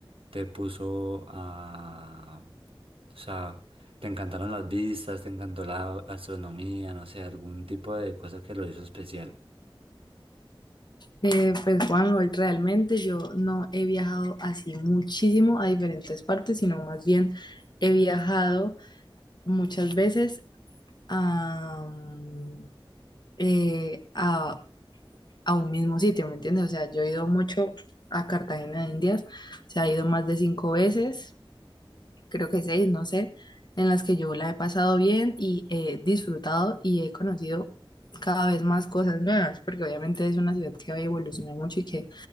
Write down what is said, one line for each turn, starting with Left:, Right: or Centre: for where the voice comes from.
Right: te puso a... O sea, te encantaron las vistas, te encantó la astronomía, no sé, algún tipo de cosa que lo hizo especial.
Left: Eh, pues Juan, hoy realmente yo no he viajado así muchísimo a diferentes partes, sino más bien he viajado muchas veces a, mm, eh, a a un mismo sitio, ¿me entiendes? O sea, yo he ido mucho a Cartagena de Indias, o sea, he ido más de cinco veces, creo que seis, no sé, en las que yo la he pasado bien y he disfrutado y he conocido cada vez más cosas nuevas, porque obviamente es una ciudad que va a evolucionar mucho y que